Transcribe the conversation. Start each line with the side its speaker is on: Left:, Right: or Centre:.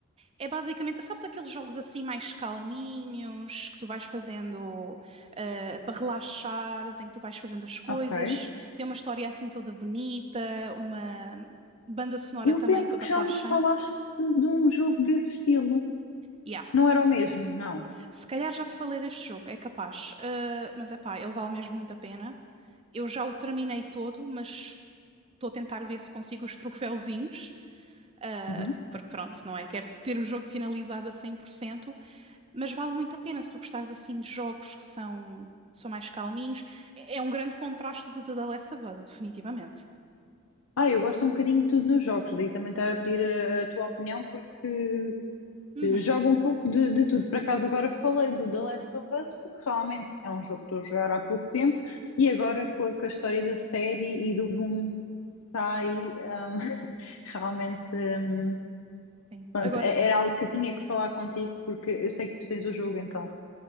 Right: É basicamente, sabes aqueles jogos assim mais calminhos que tu vais fazendo eh, para relaxares, em que tu vais fazendo as coisas.
Left: Ok.
Right: Tem uma história assim toda bonita, uma banda sonora
Left: Eu
Right: também
Left: penso
Right: toda
Left: que
Right: relaxante.
Left: já me falaste de um jogo desse estilo.
Right: Yeah.
Left: Não era o mesmo, não.
Right: Se calhar já te falei deste jogo, é capaz. Eh, mas é pá, ele vale mesmo muito a pena. Eu já o terminei todo, mas estou a tentar ver se consigo os troféuzinhos. eh,
Left: Uhum.
Right: porque pronto, não é? Quero ter o jogo finalizado a 100%. mas vale muito a pena se tu gostares assim de jogos que são, são mais calminhos. É é um grande contraste de, de The Last of Us, definitivamente.
Left: Ah, eu gosto um bocadinho de tudo nos jogos, daí também estar a pedir a, a tua opinião, porque
Right: Uhum,
Left: Jogo um pouco de, de tudo. Por acaso agora falei do The Last of Us, porque realmente é um jogo que estou a jogar há pouco tempo e agora com a, com a história da série e do boom que está aí, hum, <laughs> realmente hum,
Right: sim.
Left: pronto,
Right: Agora,
Left: é- era algo que eu tinha que falar contigo porque eu sei que tu tens o jogo então.